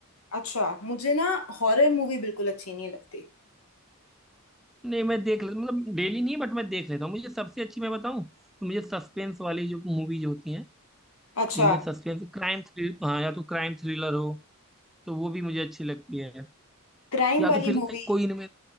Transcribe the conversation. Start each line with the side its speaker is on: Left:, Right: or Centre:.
Left: अच्छा मुझे ना हॉरर मूवी बिल्कुल अच्छी नहीं लगती
Centre: नहीं मैं देख ले मतलब डेली नहीं बट मैं देख लेता हूँ मुझे सबसे अच्छी मैं बताऊँ तो मुझे सस्पेंस वाली जो मूवीज होती हैं
Left: अच्छा
Centre: जिनमें सस्पेंस क्राइम थ्रिल हाँ या तो क्राइम थ्रिलर हो तो वो भी मुझे अच्छी लगती है
Left: क्राइम
Centre: या
Left: वाली
Centre: तो फिर
Left: मूवी
Centre: कोई